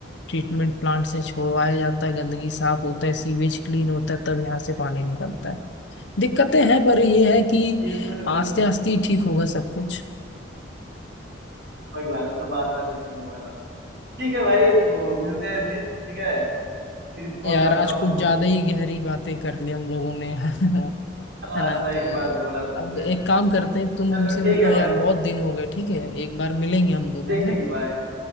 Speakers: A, on the left (about 65°); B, on the right (about 60°).
A: ट्रीटमेंट प्लांट से छोड़वाया जाता है गंदगी साफ होता है सीवेज क्लीन होता है तब यहाँ से पानी निकलता है दिक्कतें हैं पर ये है कि
B: ये तो तूने
A: आस्ते
B: बिल्कुल
A: आस्ते ही ठीक होगा सब कुछ
B: कोई बात है सब आस्ते से ठीक होगा सब ठीक है भाई तो मिलते हैं फिर ठीक है फिर कॉल
A: यार
B: करता
A: आज
B: हूँ
A: कुछ
B: तुमको
A: ज्यादा ही गहरी बातें कर ली हम लोगों ने <laughs>
B: हाँ
A: है ना
B: सही
A: तो
B: बात बोला तुमने
A: अब एक काम करते हैं तुम
B: चलो
A: हमसे
B: ठीक
A: मिलो
B: है
A: यार
B: भाई
A: बहुत दिन हो गए ठीक है एक बार मिलेंगे हम दोनों
B: ठीक
A: है
B: ठीक
A: ना
B: बाय